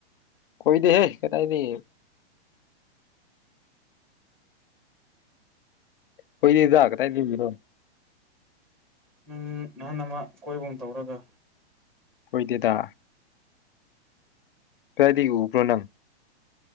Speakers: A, on the left (about 55°); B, in the centre.
A: ꯀꯗ ꯍꯦ ꯀꯦ ꯇꯥꯏꯅꯤ ꯄꯣꯏꯗꯤꯖꯒ ꯇꯥꯏꯗꯤꯕꯤꯔꯣ
B: ꯎꯝ ꯅꯍꯥꯟ ꯑꯃ ꯀꯣꯏꯕꯨꯝ ꯇꯧꯔꯒ
A: ꯍꯣꯏꯗꯦꯗ ꯗꯤ ꯎ ꯄ꯭ꯔꯣꯅꯝ